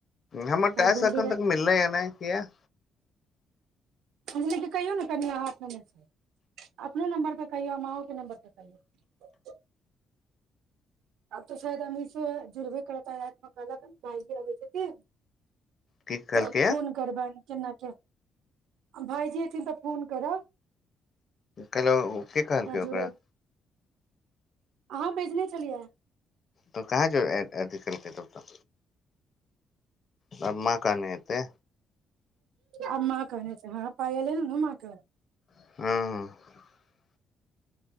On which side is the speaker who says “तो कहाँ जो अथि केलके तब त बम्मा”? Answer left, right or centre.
Left